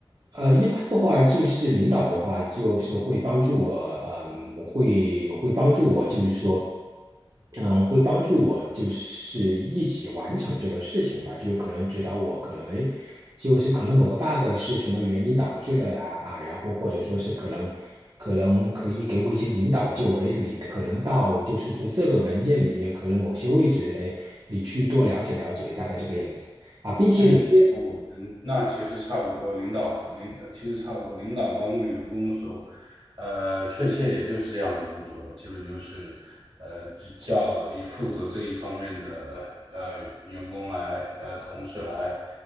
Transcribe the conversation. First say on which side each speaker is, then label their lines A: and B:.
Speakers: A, on the right; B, on the right.
A: 呃，一般的话，就是领导的话，就是会帮助我，嗯，会会帮助我，就是说，嗯，会帮助我，就是一起完成这个事情吧，就是可能指导我，可能哎，诶就是可能某个 bug 是什么原因导致的呀，啊，然后或者说是可能可能可以给我一些引导，就哎，诶你可能到就是说这个文件里面可能某些位置，哎，你去多了解了解，大概这个样子啊，并且有些，
B: 哎，其实我们那其实差不多，领导和领呃其实差不多，领导帮助员工的时候，呃，确切也就是这样的步骤了，基本就是，呃，只叫以负责这一方面的呃员工来呃同事来